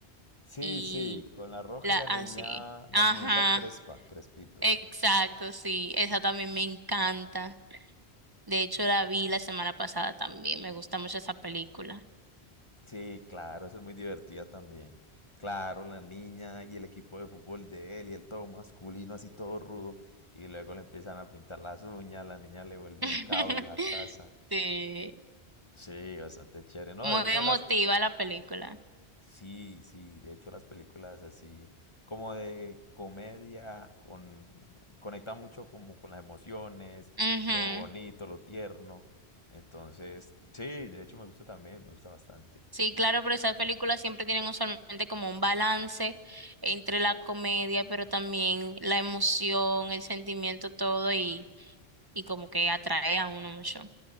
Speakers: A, on the left; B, on the right.
A: Sí,
B: Y
A: sí, con la Roja
B: la,
A: y la
B: ah,
A: niña,
B: sí.
A: la
B: Ajá.
A: niñita Crespa, Crespitos.
B: Exacto, sí, esa también me encanta. De hecho, la vi la semana pasada también. Me gusta mucho esa película.
A: Sí, claro, eso es muy divertida también. Claro, la niña y el equipo de fútbol de él y el todo masculino, así todo rudo. Y luego le empiezan a pintar las uñas, la niña le vuelve
B: <laughs>
A: un caos la casa.
B: Sí,
A: Sí, bastante chévere. No,
B: muy
A: de hecho
B: emotiva
A: las...
B: la película.
A: Sí, sí, de hecho las películas así como de comedia con... conecta mucho como con las emociones,
B: Ujú.
A: lo bonito, lo tierno. Entonces, sí, de hecho me gusta también, me gusta bastante.
B: Sí, claro, pero esas películas siempre tienen usualmente como un balance entre la comedia, pero también la emoción, el sentimiento, todo y, y como que atrae a uno mucho.